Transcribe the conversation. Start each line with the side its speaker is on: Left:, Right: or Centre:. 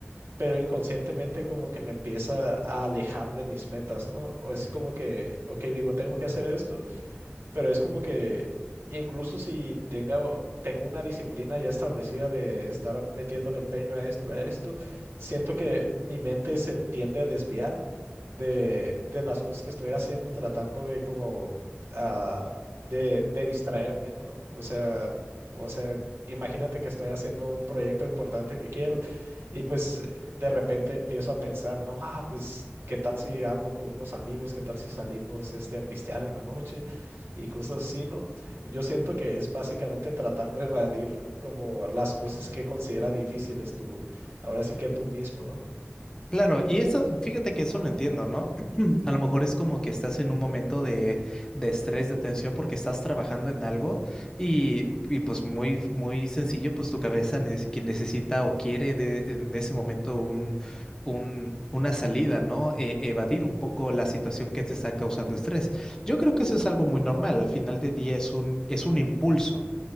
Right: pero inconscientemente como que me empieza a alejar de mis metas, ¿no? O es como que, ok, digo, tengo que hacer esto, pero es como que incluso si tenga, o- tengo una disciplina ya establecida de estar metiéndole empeño a esto, a esto, siento que mi mente se tiende a desviar de, de las cosas que estoy haciendo, tratando de como ah, de, de distraerme, ¿no? O sea, o sea, imagínate que estoy haciendo un proyecto importante que quiero y pues eh, de repente empiezo a pensar, no, ah, pues qué tal si hablo con unos amigos, qué tal si salimos este, a pistear en la noche y cosas así, ¿no? Y yo siento que es básicamente tratando de evadir como las cosas que considera difíciles tú, ahora sí que tú mismo, ¿no?
Left: Claro, y eso, fíjate que eso lo entiendo, ¿no? <clears throat> A lo mejor es como que estás en un momento de, de estrés, de tensión, porque estás trabajando en algo y, y pues muy, muy sencillo, pues tu cabeza nece- que necesita o quiere de, en ese momento un, un, una salida, ¿no? E- evadir un poco la situación que te está causando estrés. Yo creo que eso es algo muy normal, al final del día es un, es un impulso.